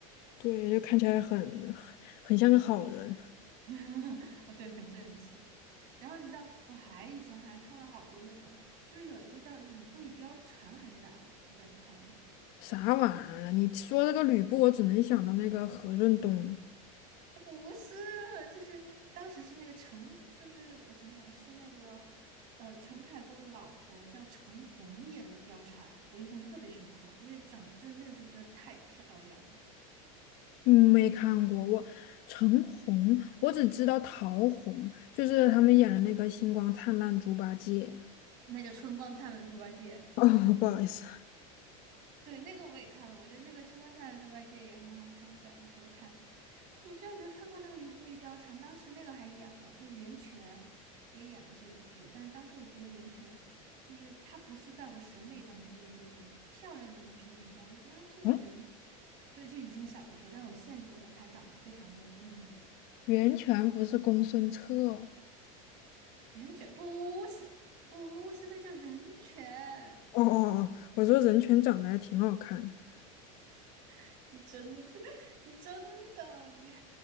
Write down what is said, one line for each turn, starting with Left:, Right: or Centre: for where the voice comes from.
Left: 对，就看起来很很很像个好人。
Right: <laughs> 哦，对，很正气。然后你知道，我还以前还看了好多那种，就是有一个叫《吕布与貂蝉》还是啥的，我不知道你看了吗？
Left: 啥玩意儿啊？你说这个吕布，我只能想到那个何润东，
Right: 不是，就是当时是那个陈，就是我想想是那个，呃，陈凯歌的老婆叫陈红演的貂蝉，我印象特别深刻，因为长真的那个时候觉得太漂亮了，
Left: 没看过我。陈红，我只知道陶虹，就是他们演的那个《星光灿烂猪八戒》。
Right: 那叫春光灿烂猪八戒。
Left: 哦，不好意思，
Right: 对，那个我也看了，我觉得那个《春光灿烂猪八戒》也很好看，小的时候看。你居然没看过那个《吕不韦貂蝉》？当时那个还演了，就袁泉也演了这部剧。但是当时我觉得袁泉就是她不是在我审美当中的那种漂亮的女生的形象，我觉得这个人，
Left: 嗯，
Right: 对，就以前小的时候，但我现在觉得她长得非常有韵味。
Left: 袁泉不是公孙策。哦
Right: 袁泉不是不是，那叫人权。
Left: 哦哦哦我说人权长得还挺好看的。
Right: <laughs> 你真 <laughs>，你真的，你